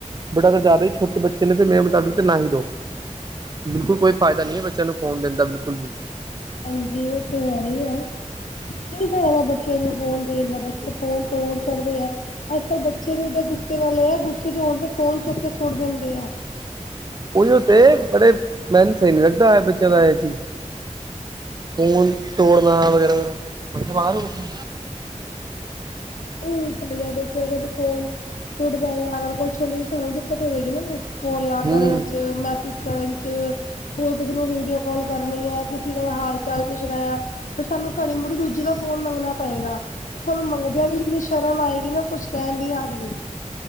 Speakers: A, on the right (about 35°); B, on the left (about 80°).
A: ਬਟ ਅਗਰ ਜ਼ਿਆਦਾ ਛੋਟੇ ਬੱਚੇ ਨੇ ਤੇ ਮੇਰੇ ਮੁਤਾਬਿਕ ਤਾਂ ਨਾ ਹੀ ਦੋ ਬਿਲਕੁਲ ਕੋਈ ਫਾਇਦਾ ਨਈ ਐ ਬੱਚੇਆਂ ਨੂੰ ਫ਼ੋਨ ਦੇਣ ਦਾ ਬਿਲਕੁਲ ਵੀ।
B: ਹਾਂਜੀ ਏ ਤੇ ਹੈ ਈ ਐ। ਕੀ ਫਾਇਦਾ ਬੱਚੇਆ ਨੂੰ ਫੋਨ ਦੇਣ ਦਾ ਬੱਚੇ ਫੋਨ ਤੋੜ ਛੱਡਦੇ ਆ। ਅੱਜ- ਕੱਲ੍ਹ ਬੱਚੇ ਵੀ ਇਡੇ ਗੁੱਸੇ ਵਾਲੇ ਆ ਗੁੱਸੇ ਚ ਹੋਣ ਤੇ ਫੋਨ ਚੁੱਕ ਕੇ ਸੁੱਟ ਦਿੰਦੇ ਆ।
A: ਉਹੀਓ ਤੇ ਬੜੇ ਮੈੰਨੂ ਤੇ ਸਈ ਨਈ ਲੱਗਦਾ ਬੱਚੇ ਦਾ ਏ ਚੀਜ਼ ਫੋਨ ਤੋੜਨਾ ਵਗੈਰਾ- ਵਗੈਰਾ ਬਾਰ ਬੈਠੇ
B: ਓ ਚਲੀ ਗਿਆ ਦੇਖੋਗੇ ਫੋਨ ਟੁੱਟ ਜਾਏਗਾ ਅਗਰ ਕੋਈ ਤੁਆਨੂੰ ਵੀ ਸਵਾ ਦਿੱਕਤ ਹੋਵੇਗੀ ਨਾ ਕੋਲਾ ਆ
A: ਹੂੰ
B: ਕਰਨ ਚ ਮੈਸੇਜ ਕਰਨ 'ਚ ਹੋਰ ਕਿਸੇ ਨੂੰ ਵੀਡੀਓ ਕੋਲ ਕਰਨੀ ਆ ਕਿਸੀ ਦਾ ਹਾਲ -ਚਾਲ ਪੁੱਛਣਾ। ਫਿਰ ਸਾਨੂੰ ਘੜੀ- ਮੁੜੀ ਦੂਜੇ ਦਾ ਫੋਨ ਮੰਗਣਾ ਪਏਗਾ। ਸਾਨੂੰ ਮੰਗਦਿਆਂ ਵੀ ਇੰਨੀ ਸ਼ਰਮ ਆਏਗੀ ਨਾ ਕੁੱਛ ਕੈਣ ਦੀ ਹੱਦ ਨਈ